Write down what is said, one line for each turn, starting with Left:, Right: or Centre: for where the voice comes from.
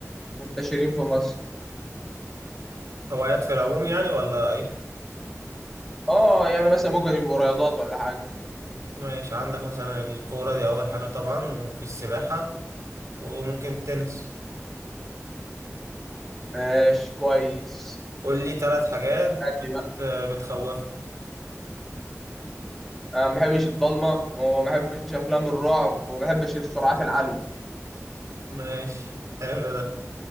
Centre: منتشرين في مصر
Right: هوايات في العموم يعني ولا ايه
Centre: اه يعني مثلا ممكن يبقوا رياضات ولا حاجة
Right: ماشي عندك مثلا الكورة دي أول حاجة طبعا وفي السباحة وممكن التنس
Centre: ماشي كويس
Right: قول لي ثلاث حاجات
Centre: عندي
Right: بت...
Centre: بقى
Right: بتخوفك
Centre: أنا ما بحبش الضلمة وما بحبش أفلام الرعب وما بحبش السرعات العالية
Right: ماشي حلو ده